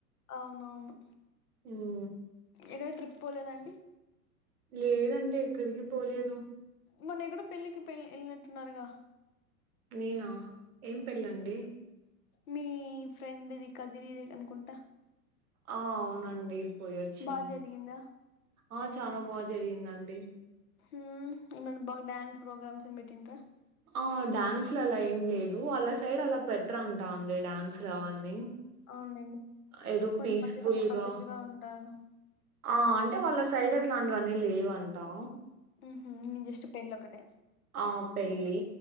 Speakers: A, on the left; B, on the right.
A: అవునవును
B: ఉమ్మ్
A: ఏదో ట్రిప్ పోలేదాండి
B: లేదండి ఎక్కడికి పోలేదు
A: మొన్న ఎక్కడో పెళ్ళికి పెళ్లి ఎళ్ళినట్టున్నారుగా
B: నేనా ఏం పెళ్ళండి
A: మీ ఫ్రెండ్‌ది కదిరిది అనుకుంటా
B: ఆ అవునండి పోయేచ్చినం
A: బాగా జరిగిందా
B: ఆ చానా బాగా జరిగిందండి
A: ఉమ్మ్ ఏమన్నా బాగ్ డ్యాన్స్ ప్రోగ్రామ్స్ ఏం పెట్టిండ్రా
B: ఆ డ్యాన్స్‌లు అలా ఏం లేదు వాళ్ళ సైడ్ అలా పెట్రంటా అండి డాన్స్‌లు అవన్నీ
A: అవునులేండి
B: ఏదో
A: కొంతమంది
B: పీస్ఫుల్
A: కొంత పద్ధతిగా
B: గా
A: ఉంటారు
B: ఆ అంటే వాళ్ళ సైడ్ అట్లాంటివన్నీ లేవంటా
A: ఉహుమ్ జస్ట్ పెళ్ళి ఒకటే
B: ఆ పెళ్ళి